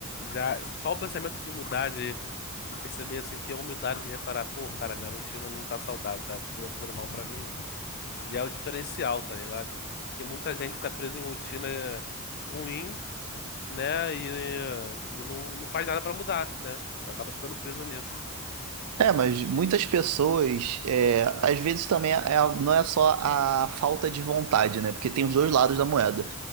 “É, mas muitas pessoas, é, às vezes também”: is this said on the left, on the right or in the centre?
Right